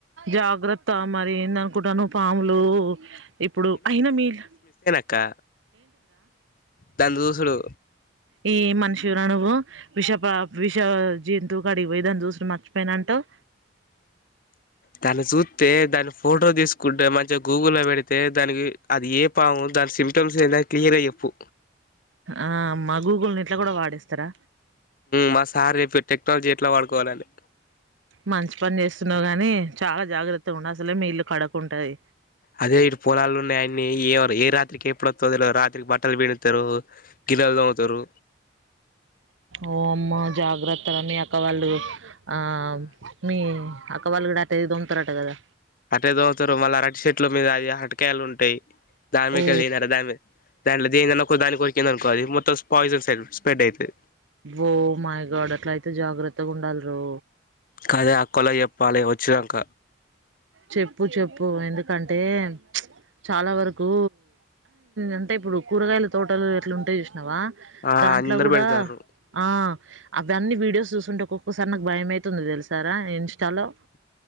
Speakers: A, on the right (about 80°); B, on the left (about 45°).
A: జాగ్రత్ తా మరి ఏందనుకుటనవ్ పాములు ఇప్పుడు అయినా మీ ఇల్లు
B: అ దాన్ జూసుడు
A: ఏ మనిషివిరా నువు విషప విష జంతువు కడిగిపోయి దాన్ని చూసు మర్చిపోయినంటవ్
B: దాన్ని చూతె దాని ఫోటో తీసుకుంటే మంచిగా గూగుల్లో లో పెడితే దానికి అది ఏ పాము దాని సిమ్టమ్స్ ఏ క్లియర్ గ చెప్పు
A: ఆ మా గూగుల్ని ఇట్లా కూడా వాడేస్తరా
B: మా సార్ రేపుట్ టెక్నాలజీ ఎట్లా వాడుకోవాలని
A: మంచి పని చేస్తున్నావు గానీ చాలా జాగ్రత్తగా ఉండ అసలే మీ ఇల్లు కడకుంటది
B: అదే ఇటు పొలాలు ఉన్నాయియన్నీ ఏ ఏ రాత్రికి ఎప్పుడు వతు రాత్రికి బట్టలు పిడుతరు గిల్లలు దొమ్ముతారు
A: ఓ అమ్మ జాగ్రత్తరా మీ అక వాళ్ళు ఆ మీ అక్క వాళ్లు కూడ అటె దొమ్తారట కదా
B: అట్టేదోవుతారు మళ్ళీ అరటి చెట్ల మీద అది హటకాయలు ఉంటాయి ధార్మికళి
A: ఓ
B: నడదమే దాంట్ల దీద నొక్ క్క దాని కొరికిందనుకో అది మొతం పాయిజన్స్ సెల్ స్ప్రెడ్ ఐతది
A: ఓ మాయగడ అట్ల అయితే జాగ్రత్తగా ఉండాల రో
B: కాదే అక్కోలకు చెప్పాలె వచ్చినక
A: చెప్పు చెప్పు ఎందుకంటే ప్చ్ చాలా వరకు అంటే ఇప్పుడు కూరగాయల తోటలు ఎట్లుంటయ్ నువా
B: ఆ
A: దాంట్లో
B: అందరు
A: కూడా
B: పెడతారు
A: ఆ అవన్నీ వీడియోస్ చూసుంటే ఒక్కొక్కసారి నాకు భయం అవుతుంది తెలుసు సారా ఇన్స్టాలో